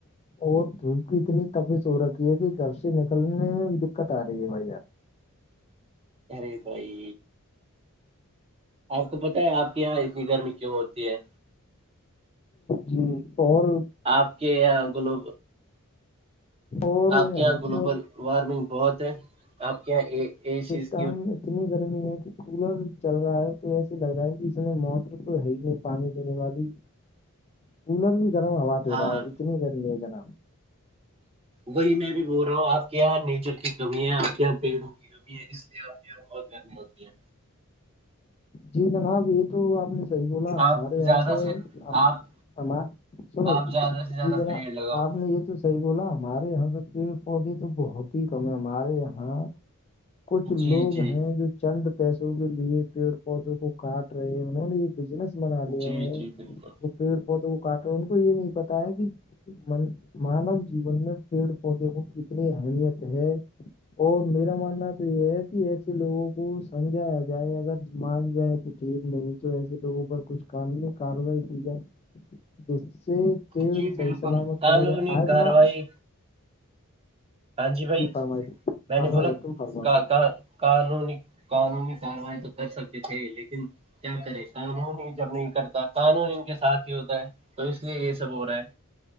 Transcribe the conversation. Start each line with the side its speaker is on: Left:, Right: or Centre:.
Left: اور دھوپ کی اتنی تبیس ہو رکھی ہے کہ گ نکلنے میں بھی دقت آ رہی ہے بھائی آپ
Right: رے بھائی آپ کو پت ہے آپ کے یہاں اتنی گرمی کیوں ہوتی ہے
Left: جی اور
Right: آپ کے یہاں گلو
Left: اور
Right: آپ کے یہاں
Left: پہ
Right: گلوبل وارمنگ بہت ہے آپ کے یہاں ای چیز
Left: ٹم اتنی گرمی ہے کہ کولر چل رہا ہے تو ایسے لگ رہا ہے کہ اس میں موٹر تو ہے ہی نہیں پانی دینے والی کولر بھی گرم ہوا دے
Right: ہاں
Left: رہا ہے اتنی گرمی ہے جناب
Right: وہی میں بھی بول رہا ہوں آپ کے یہاں نیچر کی کمی ہے آپ کے یہاں پیڑوںگ اس لیے آپ کی یہاں بہت گرم ہوتی ہیں
Left: جی جناب یہ تو آپ نے صحی بولا ہمارے
Right: آپ
Left: یہاں
Right: زیادہ
Left: پہ
Right: سے آپ
Left: سنو
Right: آپ زیادہ سے زیادہ
Left: جی جناب
Right: پیڑ لگاؤ
Left: آپ نے یہ تو صحیح بولا ہمارے یہاں پہ پیڑ پودے تو بہت ہی کم ہے ہمارے یہاں کچھ
Right: جی
Left: لوگ
Right: جی
Left: ہیں جو چند پیسوں کے لیے پی پودوں کو کاٹ رہے انہوں نے یہ بجنس بنا لیا
Right: جی
Left: ہے
Right: جی بالکل
Left: پیڑ پودوں کو کاٹ رہ ان کو یہ نہیں پتا ہے کہ مانو جیون میں پیڑ پودے کو کتنی اہمیت ہے اور میرا ماننا تو یہ ہے کہ ایسے لوگوں کو سمجھایا جائے اگر مانج گاائے تو ٹھیک نہیں تو ایسے لوگوں پر کچھ قاننی ہے کاروائی کی جائے جس سے پیڑ
Right: جی
Left: صحیح
Right: بالکل
Left: سلامت
Right: قانونی
Left: بنے رہے آجنا
Right: کاروائی ہاں جی بھائی
Left: فرمائیے
Right: میں
Left: فرمائیے
Right: نے بولا
Left: تم فرما
Right: کہ
Left: پہ
Right: کہاں قانونی قانونی کاروائی تو کر سکتے تھے لیکن کیا کرے قانون ہی جب نہیں کرتا قانون ان کے ساتھ ہی ہوتا ہے تو اس لیے یہ سب ہو رہا ہے